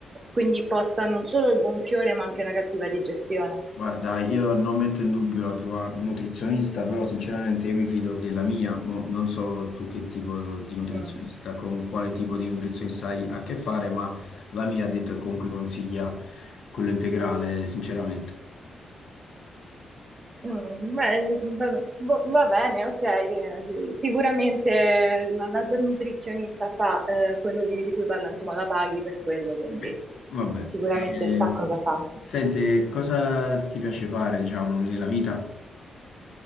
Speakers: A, on the right (about 40°); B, on the left (about 70°).
A: quindi porta non solo il gonfiore ma anche una cattiva digestione.
B: Guarda, io non metto in dubbio la tua nutrizionista, però sinceramente io mi fido della mia, mo non so tu che tipo di nutrizionista,
A: Mm.
B: con quale tipo di nutrizionista hai a che fare, ma la mia ha detto che comunque consiglia quello integrale, sinceramente.
A: Mm, beh, va, boh, va bene, ok. eh, sì, Sicuramente la, la tua nutrizionista sa eh, quello di, di cui parla, insomma, la paghi per quello, quindi
B: Eh, vabbè.
A: sicuramente
B: Eh,
A: sa cosa fa.
B: senti, cosa ti piace fare, diciamo, nella vita?